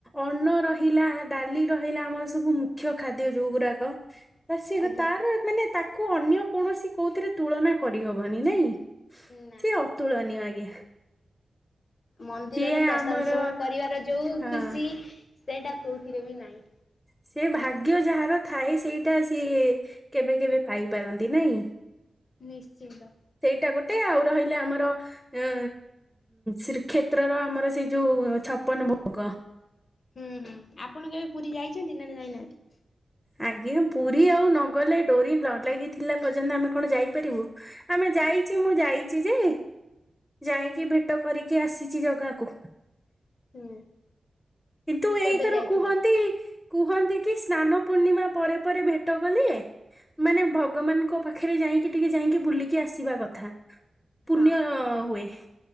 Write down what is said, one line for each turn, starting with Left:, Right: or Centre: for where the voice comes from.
Centre: ଅନ୍ନ ରହିଲା ଡାଲି ରହିଲା ଆମର ସବୁ ମୁଖ୍ୟ ଖାଦ୍ୟ ଯୋଉ ଗୁଡାକ। <unintelligible> ସେ ଯା
Left: ଆଜ୍ଞା
Centre: ତାର ମାନେ ତାକୁ ଅନ୍ୟ କୌଣସି କୋଉଥିରେ ତୁଳନା କରିହବନି ନାଇଁ?
Left: ନା
Centre: ସେ ଅତୁଳନୀୟ ଆଜ୍ଞା।
Left: ମନ୍ଦିରରେ
Centre: ସିଏ
Left: ପ୍ରସାଦ
Centre: ଆମର
Left: ସେବନ କରିବାର ଯୋଉ
Centre: ହଁ
Left: ଖୁସି ସେଇଟା କୋଉଥିରେ ବି ନାହିଁ।
Centre: ସେ ଭାଗ୍ୟ ଯାହାର ଥାଏ ସେଇଟା ସିଏ କେବେ କେବେ ପାଇପାରନ୍ତି ନାଇଁ?
Left: ନିଶ୍ଚିନ୍ତ।
Centre: ସେଇଟା ଗୋଟେ ଆଉ ରହିଲେ ଆମର ଉ ଶ୍ରୀକ୍ଷେତ୍ରର ଆମର ସେଇ ଯୋଉ ଛପନ ଭୋଗ।
Left: ହୁଁ ହୁଁ ଆପଣ କେବେ ପୁରୀ ଯାଇଛନ୍ତି ନା ଯାଇନାହାନ୍ତି?
Centre: ଆଜ୍ଞା ପୁରୀ ଆଉ ନଗଲେ ଡୋରି ନ ଲାଗିଥିଲା ପର୍ଯ୍ୟନ୍ତ ଆମେ କଣ ଯାଇପାରିବୁ। ଆମେ
Left: ହୁଁ
Centre: ଯାଇଛୁ ମୁଁ ଯାଇଛି ଯେ ଯାଇକି ଭେଟ କରିକି ଆସିଛି ଜାଗାକୁ।
Left: ହୁଁ।
Centre: କିନ୍ତୁ ଏଇଥର
Left: କେବେ ଯାଇଥିଲେ?
Centre: କୁହନ୍ତି। କୁହନ୍ତି କି ସ୍ନାନ ପୂର୍ଣ୍ଣିମା ପରେ ପରେ ଭେଟ କଲେ ମାନେ ଭଗବାନଙ୍କ ପାଖରେ ଯାଇକି ଟିକେ ଯାଇକି ବୁଲିକି ଆସିବା କଥା। ପୁଣ୍ୟ
Left: ହଁ।
Centre: ହୁଏ